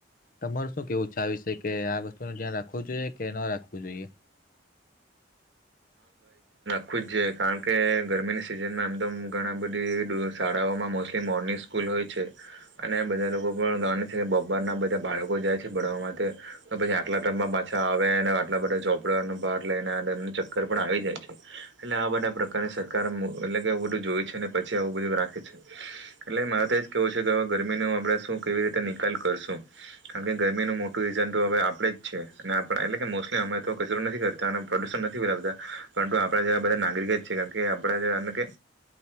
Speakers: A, on the left (about 45°); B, on the right (about 70°).
A: તમાર શું કેવું છેાવ છે કે આ વસ્તુ નું ધ્યાન રાખવું જોઈએ કે ના રાખવું જોઈએ?
B: ખુ જ જ કારણ કે ગરમીની સિઝનમાં એમ તો ઘણા બધી શાળાઓમાં મોસ્ટલી મોર્નિંગ સ્કૂલ હોય છે અને બધા લોકો પણ ગા છે બપોરના બધા બાળકો જાય છે ભણવા માટે તો પછી આટલા ટાઈમમાં પાછા આવે અને આટલા બધા ચોપડાનો ભાર લઈને એમ કરપ આવી જાય છે એટલે આ બધા પ્રકારે સરકારારે એટલે કે આવું બધું જોય છે અને પછી આવું બધું રાખે છે એટલે મારે તો એ જ કેવું છે કે હવે ગરમીનો આપણે શું કેવી રીતે નિકાલ કરશું કારણ કે ગરમીનું મોટું રીઝન તો હવે આપણેે જ છે અને એટલે કે મોસ્ટલી અમે તો કચરો નથી કરતા અને પ્રદુષણ નથી આપણા જેવા બધા નાગરિક જ છે કાર કે આપણા કે